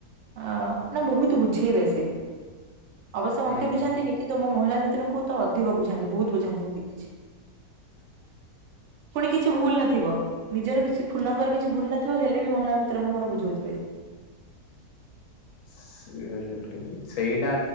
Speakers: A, on the right; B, on the left.
A: ଅ ନା ବହୁତ ବୁଝେଇବେ ସେ। ଅବଶ୍ୟ
B: ହୁଁ
A: ମତେ ବୁଝାନ୍ତିନି କିନ୍ତୁ ମୋ ମହିଳା ମିତ୍ରଙ୍କୁ ତ ଅ ଅଧିକ ବୁଝାନ୍ତି ବହୁତ ବୁଝାନ୍ତି ମୁଁ ଦେଖିଛି। ପୁଣି କି କିଛି ଭୁଲ ନଥିବ ନିଜର କିଛି ଫୁଲଙ୍କର କିଛି ଭୁଲ ନଥିବ ହେଲେ ବି ମହିଳା ମିତ୍ରଙ୍କୁ ମୋର ବୁଝଉଥିବେ।
B: ସେ ସେଇଟା